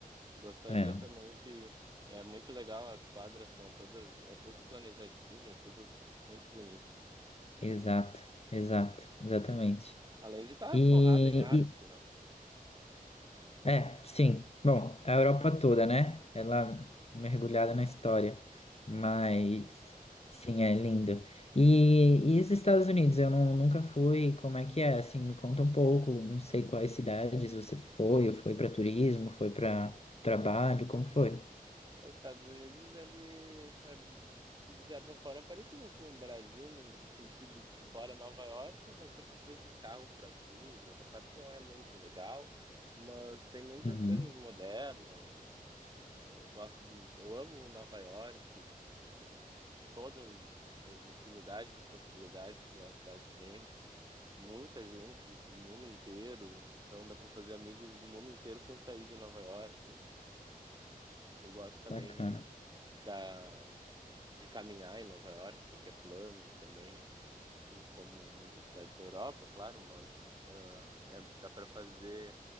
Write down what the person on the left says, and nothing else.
É.
Exato, exato, exatamente.
E,
e-
é, sim. Bom, a Europa toda, né? Ela mergulhada na história, mas
sim, é lindo. E, e os Estados Unidos, eu não- nunca fui. Como é que é? Assim, me conta um pouco. Não sei quais cidades você foi. Ou foi para turismo? Foi para trabalho? Como foi?
Uhum,
bacana.